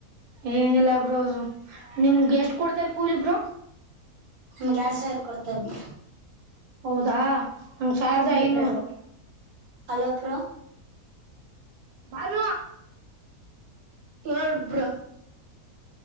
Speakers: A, on the right (about 75°); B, on the right (about 40°).
A: ಏನಿಲ್ಲ ಬ್ರೋ ನಿಮ್ಗೆ ಎಷ್ಟ್ ಕೊಡ್ತಾರೆ ಕೂಲಿ ಬ್ರೋ
B: ನಮ್ಗೆ ಎರಡ್ ಸಾವಿರ ಕೊಡ್ತದರು
A: ಹೌದಾ ನಂಗ್ ಸಾವಿರದ
B: ಹ್ಮಾ
A: ಐನೂರು
B: ಅಲೋಬ್ರ
A: ಭಲ
B: ಎಡ್ಬ್ರ